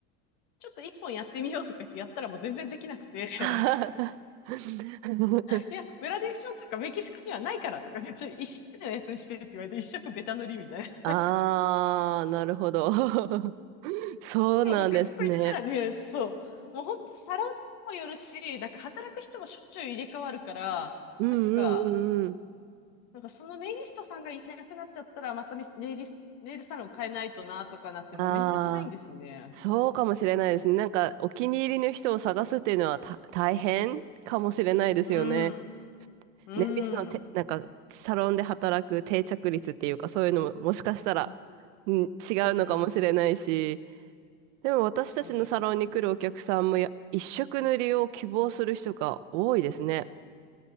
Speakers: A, on the left; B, on the right.
A: ちょっと一本やってみようとか言ってやったらもう全然できなくて、<laughs>
B: <laughs> はい。
A: いや、
B: <laughs>
A: グラデーションとかメキシコにはないからとかね、ちょっと一色のやつにしてって言われて、一色ベタ塗りみたいな。
B: ああ、なるほど。<laughs> そうなんですね。
A: でも他の子行ったらね、そう。もう本当サロンにもよるし、なんか働く人もしょっちゅう入れ替わるから、
B: うんうんうんうん。
A: なんか、なんかそのネイリストさんがいなくなっちゃったら、またネイリス、ネイルサロン変えないとなとかなって、もうめんどくさいんですよね。
B: ああ、そうかもしれないですね。なんか、お気に入りの人を探すっていうのはた大変かもしれないですよね。
A: うん。うん。
B: ネイリストのて、なんか、サロンで働く定着率っていうか、そういうのももしかしたら、
A: うんうん。
B: うん、違うのかもしれないし、
A: うんうん。
B: でも私たちのサロンに来るお客さんもや、
A: 確かに。
B: 一色塗りを希望する人が多いですね。